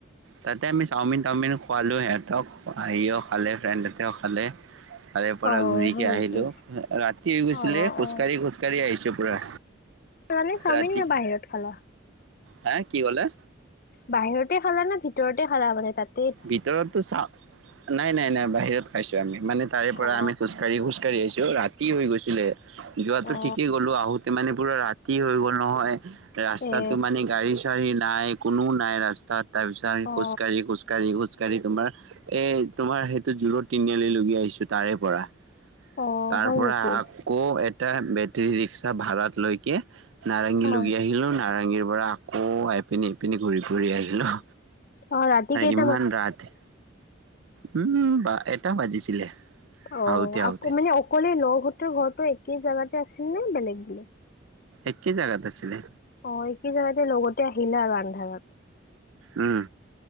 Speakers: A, on the right; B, on the left.
A: তাতে আমি চাওমিন টাওমিন খোৱালো সিহঁতক সিও খালে ফ্ৰেণ্ডহঁতেও খালে। তাৰে পৰা
B: অ
A: ঘুৰিকে
B: হয়
A: আহিলো
B: নেকি
A: ৰাতি হৈ গৈছিলে
B: অ
A: খোজকাঢ়ি খোজকাঢ়ি
B: অ
A: খোজকাঢ়ি আহিছো পুৰা।
B: চোৱা চাওমিন
A: ৰাতি
B: নে বাহিৰত খালা
A: হা কি ক'লে
B: বাহিৰতে খালা নে ভিতৰতে খালা মানে তাত?
A: ভিতৰতো চাও নাই নাই নাই বাহিৰত খাইছো আমি মানে তাৰে পৰা
B: অ
A: আমি খোজ কাঢ়ি খোজকাঢ়ি আহিছো ৰাতি হৈ গৈছিলে যোৱাটো
B: অ
A: ঠিকেই গ'লো আহোতে মানে পুৰা ৰাতি কি হৈ গ'ল নহয় ৰাস্তাটো
B: এ
A: মানে গাড়ী চাড়ী নাই, কোনোও নাই ৰাস্তাত। তাৰপিছত আমি
B: অ
A: খোজকাঢ়ি খোজকাঢ়ি- খোজকাঢ়ি খোজকাঢ়ি তোমাৰ এ তোমাৰ সেইটো জো ৰদ তিনিআলি লগি আহিছো তাৰে পৰা।
B: অ
A: তাৰ
B: হয়
A: পৰা
B: নেকি
A: আকৌ এটা বেটেৰী ৰিক্সা ভাড়াত লৈকে- নাৰেংগী
B: অ
A: লগি আহিলো, নাৰেংগীৰ পৰা আকৌ এইপিনি এইপিনি ঘূৰি ফুৰি আহিলোঁ।
B: অঁ, ৰাতি কেইটা-
A: ইমান ৰাতি মানে বা এটা বাজিছিলে।
B: অঁ,
A: আহোতে আহোতে
B: আকৌ মানে অকলে লগহঁতৰ ঘৰটো একে জাগাতে আছিল নে বেলেগ বেলেগ!
A: একেই জাগাত আছিলে।
B: অঁ, একেই জাগাতে লগতে আহিলা আৰু আন্ধাৰত।
A: উম,